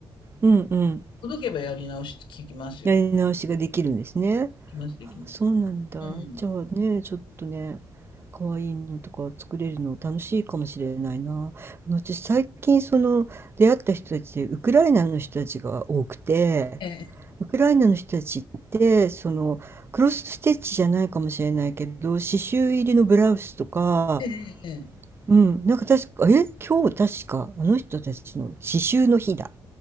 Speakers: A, on the right (about 30°); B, on the left (about 70°).
A: うん、うん。
B: ほどけばやり直し聞きますよ。
A: やり直しができるんですね。
B: きます、できます。
A: あ、そうなんだ。
B: うん。
A: じゃあね、ちょっとね、可愛いのとか作れるの楽しいかもしれないな。私最近その出会った人たちでウクライナの人たちが多くて、
B: ええ、
A: ウクライナの人たちってそのクロスステッチじゃないかもしれないけど刺繍入りのブラウスとか、
B: ええ、ええ。え
A: うん、なんか確かえ今日確かあの人たちの刺繍の日だ